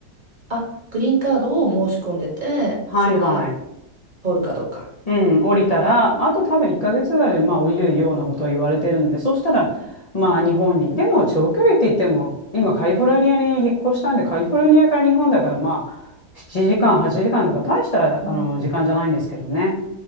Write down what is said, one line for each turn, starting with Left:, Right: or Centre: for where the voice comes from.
Right: あ、グリーンカードを申し込んでて、
Left: はいはい。
Right: それが通るかどうか。
Left: うん、降りたら、まあ、あと多分1ヶ月ぐらいで、まあ、降りるようなことを言われてるので、そしたら、まあ、日本に。でも、長距離って言っても、今、カリフォルニアに引っ越したんで、カリフォルニアから日本だから、まあ、7時間、8時間だから、大した、
Right: うん
Left: あの、時間じゃないんですけどね。